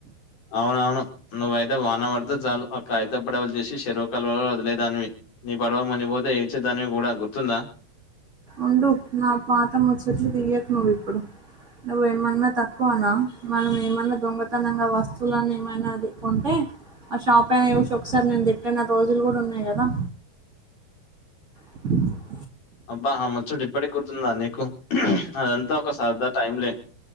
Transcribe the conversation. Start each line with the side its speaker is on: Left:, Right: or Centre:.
Left: అవునవును నువ్వయితే వాన పడితే చాలు అ కాయితపడవులు చేషి షెరువు కాల వదిలేదు దానివి నీ పడవ మునిగిపోతే ఏచే దానివి కూడా గుర్తుందా
Right: ఉండు నా పాత ముచ్చట్లు దియకు నువ్వు ఇప్పుడు నువ్వ ఏమన్నా తక్కువనా మనం ఏమన్నా దొంగతనంగా వస్తువులన్న ఏమైనా అది కొంటే ఆ షాప్ ఆయనా చూషి ఒకసారి నిను తిట్టిన రోజులు కూడా ఉన్నాయి కదా అ
Left: అబ్బా ఆ ముచ్చడ ఇప్పటి గుర్తుందా నీకు అదంతా ఒక సరదా టైంలే